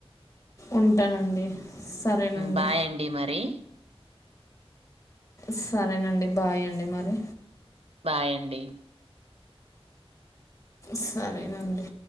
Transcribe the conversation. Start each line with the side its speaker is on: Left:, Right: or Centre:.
Left: ఉంటానండి. సరేనండి
Right: బాయండి మరి.
Left: సరేనండి బాయ్ అండి మరి.
Right: బాయ్ అండి.
Left: సరేనండి.